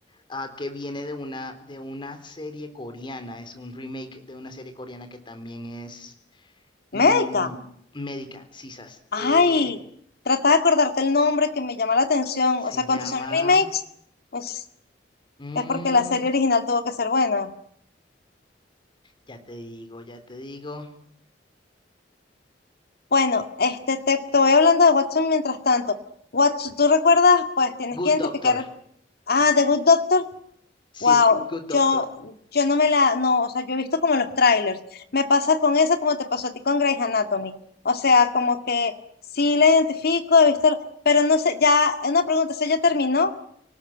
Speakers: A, on the left; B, on the left.
A: ah, que viene de una, de una serie coreana, es un remake de una serie coreana que también es
B: médica.
A: mm, médica, sisas.
B: Ay,
A: Eh,
B: trata de acordarte el nombre que me llama la atención.
A: se
B: O sea,
A: llama,
B: cuando son remakes, pues
A: mm,
B: es porque la serie original tuvo que ser buena.
A: ya te digo, ya te digo,
B: Bueno, este, te, te voy hablando de Watson mientras tanto. Watson, ¿tú recuerdas? Pues tienes
A: Good
B: que identificar.
A: Doctor,
B: Ah, The Good Doctor.
A: sí,
B: Wow,
A: Good Doctor.
B: yo, yo no me la, no, o sea, yo he visto como los trailers. Me pasa con esa como te pasó a ti con Grey's Anatomy. O sea, como que sí la identifico, he visto, pero no sé, ya, una pregunta, ¿se ya terminó?